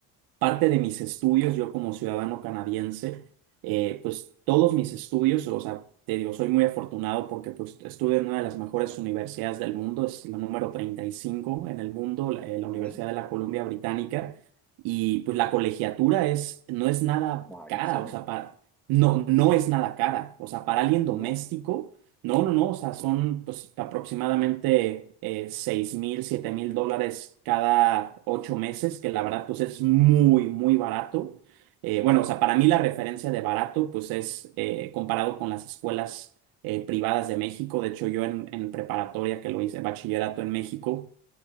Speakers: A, on the right; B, in the centre.
A: parte de mis estudios, yo como ciudadano canadiense, eh, pues todos mis estudios, o sea, te digo, soy muy afortunado porque pues estudio en una de las mejores universidades del mundo, es la número 35 en el mundo, la, eh,
B: ujú,
A: la Universidad de la Columbia Británica, y pues la colegiatura es, no es nada
B: Carísimo,
A: cara, o sea, para, no, no es nada cara, o sea, para alguien doméstico.
B: ¿no?
A: No, no, no, o sea, son pues aproximadamente eh, 6 mil, siete mil dólares cada ocho meses, que la verdad pues es muy, muy barato. Eh, bueno, o sea, para mí la referencia de barato pues es eh, comparado con las escuelas eh, privadas de México. De hecho, yo en, en preparatoria que lo hice, bachillerato en México,